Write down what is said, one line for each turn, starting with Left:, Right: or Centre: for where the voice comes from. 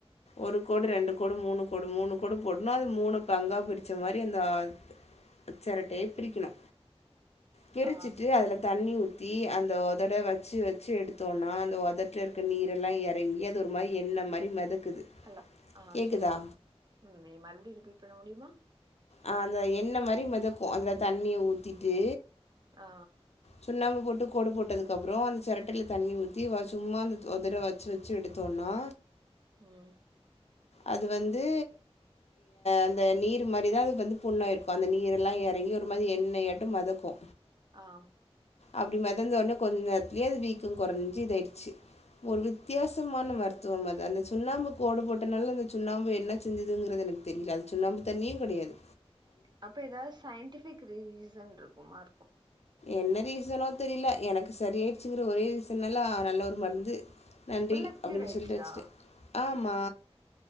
Left: ஒரு கோடு ரெண்டு கோடு மூணு கோடு மூணு கோடு போட்ணு அது மூணு பங்கா பிரிச்ச மாரி அந்த ஆ செரட்டைய பிரிக்கணு பிரிச்சுட்டு
Right: ஆ
Left: அதுல தண்ணி ஊத்தி அந்த உதட வச்சு வச்சு எடுத்தோனா அந்த உதட்டுல இருக்க நீரெல்லா எறங் ட்ரையா அது ஒரு மாரி எண்ண மாரி மெதக்குது
Right: ஹலோ ஆ
Left: கேக்குதா
Right: சொல்லுங்க ம் நீ மறுபடியு ரிபீட் பண்ண முடியுமா
Left: ஆ அந்த என்ன மாரி மெதக்கு அதுல தண்ணிய ஊத்திட்டு
Right: ஆ
Left: சுண்ணாம்ப போட்டு கோடு போட்டதுக்க அப்றோ அந்த சிரட்டையில் தண்ணி ஊற்றி சும்மா அந்த ஒருதர வெச் வெச்சு வெச்சு எடுத்தோனா
Right: ம்
Left: அது வந்து அந்த ஆ நீர் மாரி விரல் வந்து புண்ணா இருக்கு அந்த நீரெல்லா எறங்கி ஒரு மாரி எண்ணெயாட்டு மெதக்கு
Right: ஆ
Left: அப்டி மெதந்தோடனே கொஞ்சோ நேரத்துலயே அது வீக்கு கொறஞ்சு இதா ஆயிடுச்சு ஒரு வித்தியாசமான மருத்துவம் அது அந்த சுண்ணாம்பு கோடு போட்டனால அந்த சுண்ணாம்பு என்ன செஞ்சதுங்கிறது எனக் தெரில அது சுண்ணாம்பு தண்ணியு கெடயாது
Right: அப்ப எதாவது சயின்டிஃபிக் ரீசன் இருக்குமா இருக்கு
Left: என்ன ரீசனோ தெரில எனக்கு செரி ஆயிடுச்சுங்கிற ஒரே ரீசன்னால நல்ல ஒரு மருந்து நன்றி
Right: ஃபுல்லா
Left: அப்டின்னு
Right: கியூர் ஆயிடுச்சா
Left: சொல்லிட்டு வெச்சுட்டே ஆமா